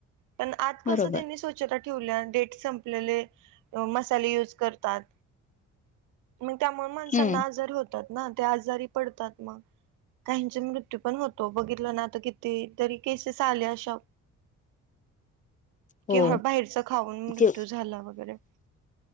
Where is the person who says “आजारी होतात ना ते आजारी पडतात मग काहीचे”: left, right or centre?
Right